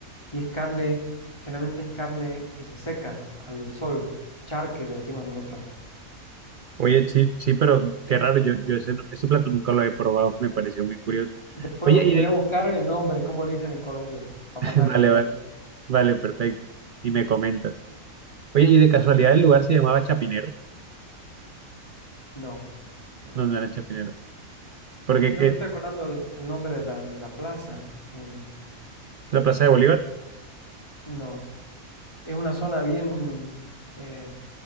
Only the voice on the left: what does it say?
y es carne, generalmente es carne que se seca al sol, charque le decimos nosotros.
Después
voy
a buscar el nombre, cómo le dicen en Colombia, para
pasarte
el
dato.
No, no,
no,
Oye, y no
me estoy acordando el, el nombre de la, de la plaza. em,
no, es una zona bien, eh,